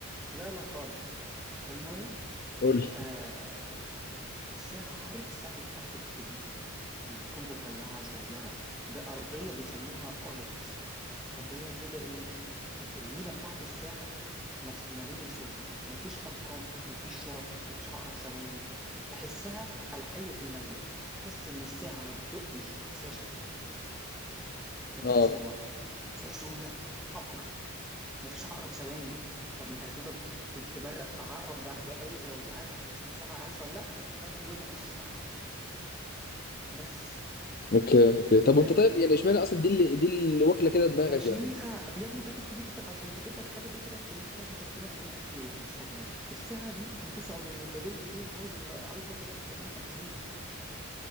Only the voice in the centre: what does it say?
لا لا خالص المهم
آه الساعه عارف الساعه الباتيك فيليب اللي بتكون رفيعة صغيرة بأرضية بيسموها أونيكس أرضية كده إيه المينا بتاعت الساعة مخملية سودة مفيش أرقام مفيش شرط مفيش عقرب ثواني تحسها الحي في الميت تحس إن الساعة ما بتدقش بس هي شغالة هي
بتحسب الوقت بس هي سودة قبر مفيش عقرب ثواني طب انت هتفضل ت- ت- تبرق في عقرب دقايق وساعات عشان تشوف الساعة عايشة ولا لا انت هتحطها جنب ودنك عشان تسمعها بس
فاهم
فشيخه
يا ابني باتيك فيليت عشان تجيب لك حاجه زي كده هتكلفك مثلا 30 40 الف يورو مستعمله الساعه دي ب 900 جدلت فيها عاوز يغ- عاوز ناخدها ب 650